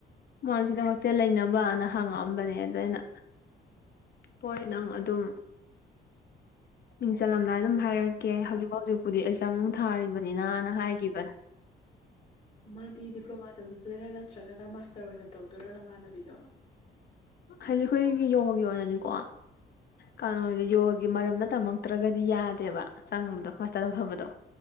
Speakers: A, on the left; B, on the left.
A: ꯃꯥ ꯁꯤꯗ ꯍꯣꯁꯇꯦꯜ ꯂꯩꯅꯕꯅ ꯍꯥꯡꯉꯛꯑꯝꯕꯅꯦ ꯑꯗ ꯑꯩꯅ ꯍꯣꯢ ꯅꯪ ꯑꯗꯨꯝ ꯃꯤꯡ ꯆꯜꯂꯝꯗꯥꯢ ꯑꯗꯨꯝ ꯍꯥꯢꯔꯛꯀꯦ ꯍꯧꯖꯤꯛ ꯍꯧꯖꯤꯛꯄꯨꯗꯤ ꯑꯦꯛꯖꯥꯝꯅꯨꯡ ꯊꯥꯔꯤꯕꯅꯤꯅꯅ ꯍꯥꯢꯒꯤꯕꯅꯤ
B: ꯃꯥꯗꯤ ꯗꯤꯄ꯭ꯂꯣꯃꯥ ꯇꯝꯙꯗꯣꯢꯔꯥ ꯅꯠꯇ꯭ꯔꯒꯅ ꯃꯥꯁꯇꯔ ꯑꯣꯢꯅ ꯇꯧꯗꯣꯢꯔꯣ ꯅꯃꯥꯟꯅꯕꯤꯗꯣ
A: ꯍꯥꯢꯗꯤ ꯑꯩꯈꯣꯢꯒꯤ ꯌꯣꯒꯒꯤ ꯑꯣꯢꯅꯅꯤꯀꯣ ꯀꯩꯅꯣꯖꯦ ꯌꯣꯒꯒꯤ ꯃꯔꯝꯗ ꯇꯝꯃꯛꯇ꯭ꯔꯒꯗꯤ ꯌꯥꯗꯦꯕ ꯆꯪꯕꯗꯣ ꯃꯥꯁꯇꯔ ꯇꯧꯊꯕꯗꯣ